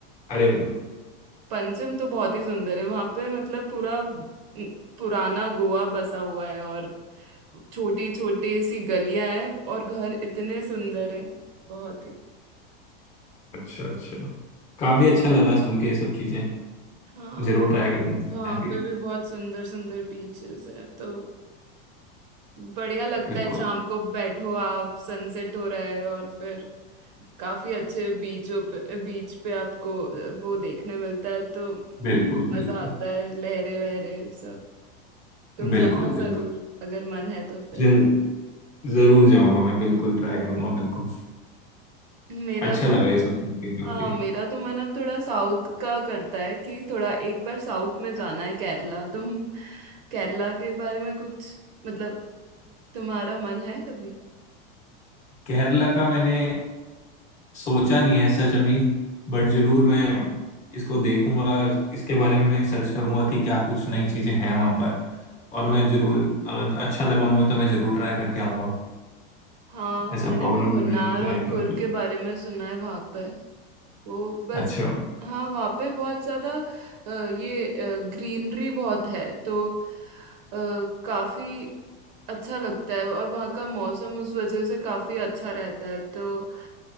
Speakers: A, on the left; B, on the right.
A: अरे वाह
B: पंचम तो बहुत ही सुंदर है वहां पे मतलब पूरा न- पुराना गोवा बसा हुआ है और छोटी छोटी सी गलियां हैं और घर इतने सुंदर हैं बहुत ही
A: अच्छा अच्छा काफी अच्छा लगा सुन के ये सब चीजें
B: हाँ
A: जरूर ट्राई करूंगा
B: वहां
A: मैं भी
B: पे भी बहुत सुंदर सुंदर बीचेस है तो बढ़िया लगता
A: बिल्कुल
B: है शाम को बैठो आप सनसेट हो रहा है और फिर काफी अच्छे बीचों पे बीच पे आपको वो देखने मिलता है तो
A: बिल्कुल बिल्कुल
B: मजा आता है लहरे वहरे सब तुम
A: बिल्कुल
B: जाना
A: बिल्कुल
B: जरूर अगर मन है तो फिर
A: जरूर जरूर जाऊंगा मैं बिल्कुल ट्राई करूंगा बिल्कुल
B: मेरा
A: अच्छा
B: तो
A: लगा
B: मन
A: ये सब सुन के काफी
B: हाँ मेरा तो मन अब थोड़ा साउथ का करता है कि थोड़ा एक बार साउथ में जाना है केरला तुम केरला के बारे में कुछ मतलब तुम्हारा मन है कभी
A: केरला का मैंने सोचा नहीं है सच अभी बट जरूर मैं इसको देखूंगा इसके बारे में सर्च करूंगा कि क्या कुछ नई चीजें हैं वहां पर और मैं जरूर अगर अच्छा लगा मुझे तो मैं जरूर ट्राई करके आऊंगा
B: हाँ
A: ऐसा
B: मैंने
A: प्रोग्राम
B: भी मुन्नार
A: बनाएंगे
B: और
A: जाएंगे
B: कुर्ग के बारे में सुना है वहां पर वो बस
A: अच्छा
B: हाँ वहाँ पे बहुत ज्यादा अ, ये ग्रीनरी बहुत है तो अ, काफी अच्छा लगता है और वहाँ का मौसम उस वजह से काफी अच्छा रहता है तो